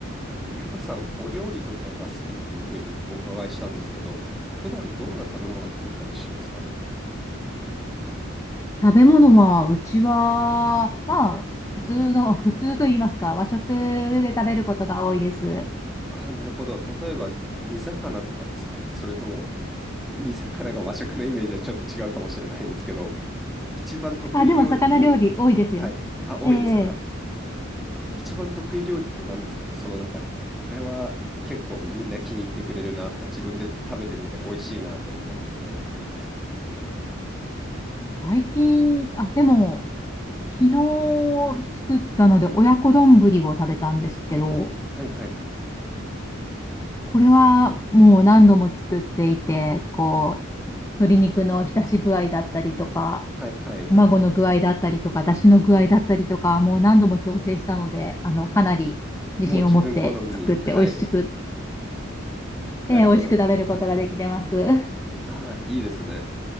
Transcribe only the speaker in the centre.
あの、ゆかさん、お料理とかが好きっていうふうにお伺いしたんですけど、普段どんな食べ物作ったりしますかね
ああー、なるほど。例えば、煮魚とかですかねそれとも、煮魚が和食のイメージはちょっと違うかもしれないんですけど、一番得意料理っていうと、
はい。あ、多いですか
一番得意料理って何ですかねその中でも。これは結構みんな気に入ってくれるなとか、自分で食べてみて美味しいなって思うのってどんなものですかね
はいはい。
こはいはい。
もう自分好みに、はい。なるほど。
ああ、いいですね。